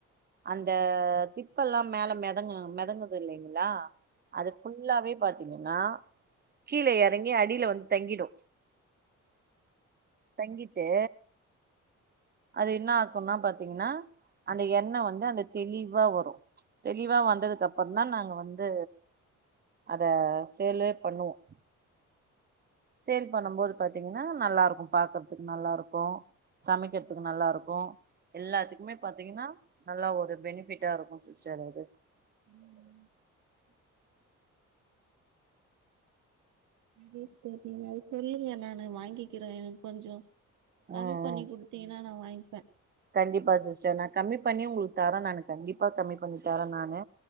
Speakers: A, on the right; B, on the right.
A: அந்த திப்பெல்லா மேல மெதங்கு மெதங்குது இல்லைங்களா அது ஃபுல்லாவே பாத்தீங்கன்னா கீழ இறங்கி அடியில வந்து தங்கிடு தங்கிட்டு அது என்னா ன்னா பாத்தீங்கன்னா அந்த எண்ணய் வந்து அந்த தெளிவா வரும் தெளிவா வந்ததுக்கு அப்புறம் தான் நாங்க வந்து அத சேல்லே பண்ணுவோம் சேல் பண்ணும் போது பாத்தீங்கன்னா நல்லாருக்கு பாக்குறதுக்கு நல்லாருக்கும் சமைக்கிறதுக்கு நல்லாருக்கு எல்லாத்துக்குமே பாத்தீங்கன்னா நல்லா ஒரு பெனிபிட்டாருக்கும் சிஸ்டர் அது
B: ம்
A: <inaudible>
B: <unintelligible> நீங்க அது சொல்லுங்க நானு வாங்கிக்கிறேன் கொஞ்சம் கம்மி
A: ம்
B: பண்ணி
A: ம்
B: குடுத்தீங்கன்னா நான் வாங்கிப்பேன்
A: கண்டிப்பா சிஸ்டர் நா கம்மி பண்ணி உங்களுக்கு தரே நானு கண்டிப்பா கம்மி பண்ணி தரேன் நானு